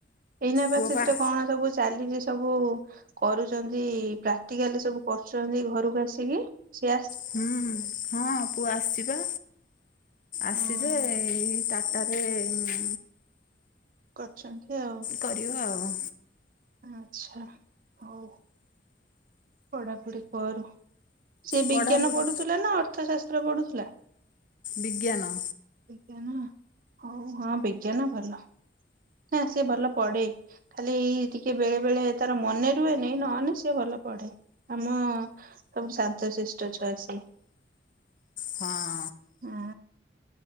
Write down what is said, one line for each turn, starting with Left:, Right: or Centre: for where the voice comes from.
Right: ଏଇନା ବା
Left: ପୁଅ
Right: ସେଥିରେ
Left: ପା
Right: କଣ ସବୁ ଚାଲିଛି ସବୁ କରୁଛନ୍ତି ପ୍ରାକ୍ଟିକାଲ ସବୁ କରୁଛନ୍ତି ଘରକୁ ଆସିକି ସେ
Left: ହୁଁ। ହଁ ପୁଅ ଆସିଚି ପା। ଆସିଚି
Right: ହଁ
Left: ଯେ-ଏ-ଏ ଏ ଟାଟାରେ-ଏ
Right: କରୁଛନ୍ତି ଆଉ।
Left: କରିବା ଆଉ।
Right: ଆଛା ହଉ। ପଢାପଢି କରୁ, ସେ
Left: ପଢ଼ାପଢ଼ି
Right: ବିଜ୍ଞାନ ପଢୁଥିଲା ନା ଅର୍ଥଶାସ୍ତ୍ର ପଢୁଥିଲା?
Left: ବିଜ୍ଞାନ।
Right: ବିଜ୍ଞାନ ହୋଉ ହଁ ବିଜ୍ଞାନ ଭଲ। ହଁ ସିଏ ଭଲ ପଢେ। ଖାଲି ଏଇ ଟିକେ ବେଳେ ବେଳେ ତାର ମନେ ରୁହେନି ନହେଲେ ସିଏ ଭଲ ପଢେ। ଆମ-ଅ-ଅ-ଅ ସବୁଠୁ ଶାନ୍ତ ଶିଷ୍ଠ ଛୁଆ ସେ।
Left: ହଁ।
Right: ହଁ